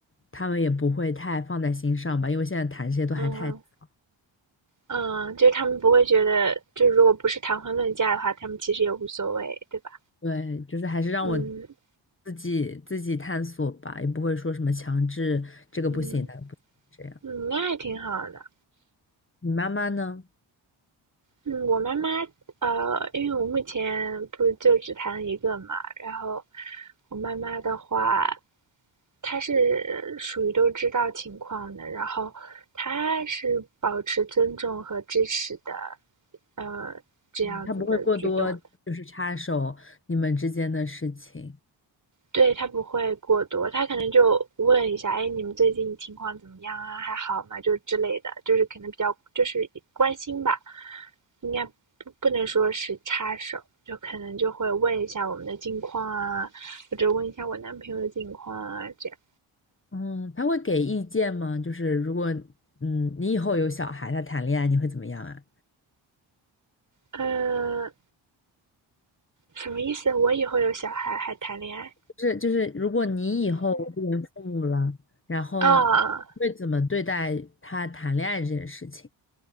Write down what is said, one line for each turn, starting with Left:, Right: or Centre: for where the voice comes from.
Left: 他们也不会太放在心上吧，因为现在谈这些都还太早
Right: 嗯嗯，就是他们不会觉得，就是如果不是谈婚论嫁的话，他们其实也无所谓，对吧？
Left: 对，就是还是让我
Right: 嗯
Left: 自己自己探索吧，也不会说什么强制这个不行那个不行这样。
Right: 嗯嗯，那也挺好的。
Left: 你妈妈呢？
Right: 嗯，我妈妈，呃，因为我目前不是就只谈了一个嘛，然后我妈妈的话，她是属于都知道情况的，然后她是保持尊重和支持的，呃，这样子的举动
Left: 她不会过多就是插手你们之间的事情。
Right: 对，他不会过多，他可能就问一下，哎，你们最近情况怎么样啊？还好吗？就之类的，就是可能比较就是关心吧，应该不不能说是插手，就可能就会问一下我们的近况啊，或者问一下我男朋友的近况啊，这样。
Left: 嗯，她会给意见吗？就是如果嗯你以后有小孩，他谈恋爱，你会怎么样啊？
Right: 呃，什么意思？我以后有小孩还谈恋爱？
Left: 就是就是如果你以后为人父母了，然后
Right: 啊，
Left: 会怎么对待他谈恋爱这件事情？